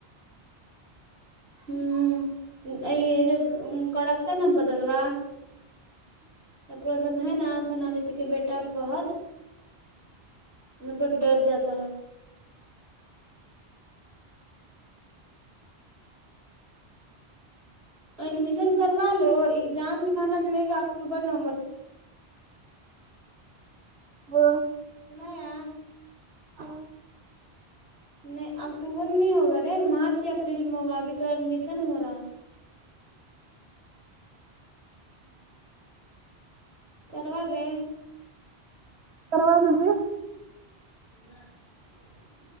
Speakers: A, on the right (about 70°); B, on the right (about 90°).
A: ھمم جب کڑکتا نا بدلوا <unintelligible> ہے نا سنا دیدی کے بیٹا فہد مطلب ڈر جاتا ہے ایڈمیشن کروا لو ایگزام تمہارا لینگے اکٹوبر نومبرمیں
B: وہ
A: سنایا
B: ہ
A: نہیں اکتوبر میں نہیں ہوگا رے مارچ یا اپریل میں ہوگا ابھی تو ایڈمیشن ہو رہا کروا دیں
B: کرادو پھر
A: ابر <unintelligible>